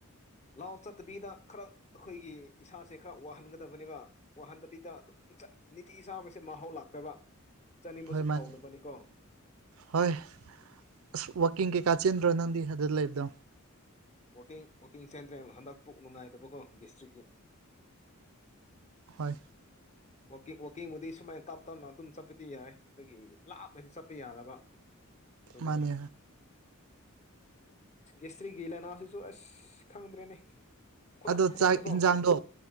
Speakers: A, on the left (about 30°); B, on the right (about 75°).
A: ꯂꯥꯎ ꯆꯠꯇꯕꯤꯗ ꯈꯔ ꯑꯩꯈꯣꯏꯒꯤ ꯏꯁꯥꯁꯦ ꯈꯔ ꯋꯥꯍꯟꯒꯗꯕꯅꯦꯕ ꯋꯥꯍꯟꯗꯕꯤꯗ ꯑꯗꯨꯝ ꯅꯤꯇꯤ ꯁꯥꯥꯕꯁꯦ ꯃꯍꯥꯎ ꯂꯥꯛꯇꯕ ꯆꯥꯅꯤꯡꯕꯁꯨ
B: ꯍꯣꯏ ꯃꯥꯅꯦ
A: ꯐꯥꯎꯗꯕꯅꯤꯀꯣ
B: ꯍꯣꯏ ꯑ ꯋꯥꯀꯤꯡ ꯀꯩ ꯀꯥꯆꯦꯟꯗ꯭ꯔꯣ ꯅꯗꯤ ꯑꯗꯨ ꯂꯩꯗ
A: ꯋꯥꯋꯥꯛꯀꯤꯡ ꯋꯥꯋꯀꯤꯡ ꯆꯦꯟꯗ꯭ꯔꯦꯜ ꯍꯟꯗꯛ ꯄꯨꯛ ꯅꯨꯡꯉꯥꯏꯗꯕꯀꯣ ꯒꯁꯇ꯭ꯔꯤꯛꯀꯤ
B: ꯍꯣꯏ
A: ꯋꯥꯀꯤꯡ ꯋꯥꯋꯥꯛꯀꯤꯡꯕꯨꯗꯤ ꯁꯨꯃꯥꯏꯅ ꯇꯞ ꯇꯞꯅ ꯑꯗꯨꯝ ꯆꯠꯄꯗꯤ ꯌꯥꯏ ꯑꯗꯨꯗꯒꯤ ꯂꯥꯞꯅꯗꯤ ꯆꯠꯄ ꯌꯥꯗꯕ ꯍ
B: ꯃꯥꯅꯦ
A: ꯦꯁꯔꯤꯒꯂꯅꯥ ꯑꯗꯨꯁꯨ ꯑꯁ ꯈꯪꯗ꯭ꯔꯦꯅꯦ ꯈꯨꯗꯛ
B: ꯑꯗꯣ
A: ꯈꯨꯗꯛꯇꯀꯣ
B: ꯆꯥꯛ ꯌꯦꯟꯖꯥꯡꯗꯣ